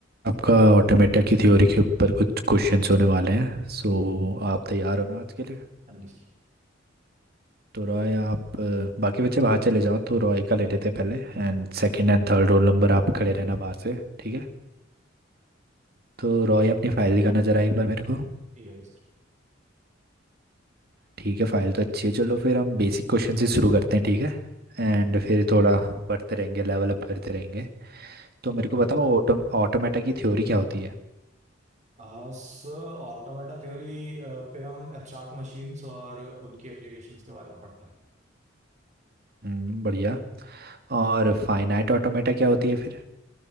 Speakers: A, on the right; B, on the right.
A: आपका ऑटोमेटा की थ्योरी के ऊपर कुछ क्वेश्चंस होने वाले हैं सो आप तैयार हो ना आज के लिए
B: हाँ जी सर
A: तो रॉय आप अ, बाकी बच्चे बाहर चले जाओ तो रॉय का ले लेते हैं पहले And second and third roll number आप खड़े रहना बाहर से ठीक है तो रॉय अपनी फाइल दिखाना जरा एक बार मेरे को
B: ये सर
A: ठीक है फाइल तो अच्छी है चलो फिर हम बेसिक क्वेश्चन से शुरू करते हैं ठीक है
B: हाँ
A: एंड
B: जी
A: फिर थोड़ा बढ़ते रहेंगे लेवल अप करते रहेंगे तो मेरे को बताओ ऑटो ऑटोमेटा की थ्योरी क्या होती है
B: हाँ सर ऑटोमेटा थ्योरी पे हम एब्स्ट्रैक्ट मशीन्स और उनकी एप्लीकेशंस के बारे में पढ़ते हैं
A: हम्म, बढ़िया और फाइनाइट ऑटोमेटा क्या होती है फिर